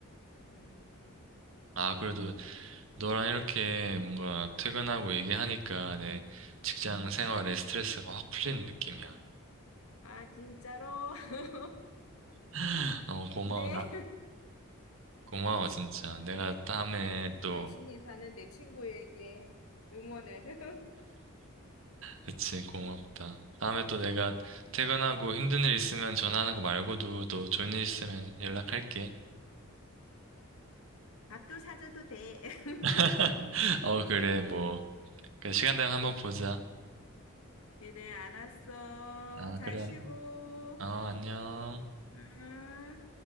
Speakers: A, on the left (about 80°); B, on the right (about 65°).
A: 음.
B: 아, 그래도
A: 어.
B: 너랑 이렇게 뭔가 퇴근하고 얘기하니까 내 직장 생활에 스트레스가 확 풀리는 느낌이야.
A: 아, 진짜로? <laughs>
B: <laughs> 어, 고마워.
A: 근데
B: 나- 고마워, 진짜. 내가 다음에
A: 아,
B: 또,
A: 열심히 사는 내 친구에게 응원을. <laughs>
B: 그치, 고맙다. 다음에 또 내가 퇴근하고 힘든 일 있으면 전화하는 거 말고도 또 좋은 일 있으면 연락할게.
A: 밥도 사줘도 돼. <laughs>
B: <laughs> 어, 그래, 뭐. 그래, 시간 되면 한번 보자.
A: 그래, 알았어.
B: 아,
A: 잘
B: 그래.
A: 쉬고.
B: 어, 안녕.
A: 응.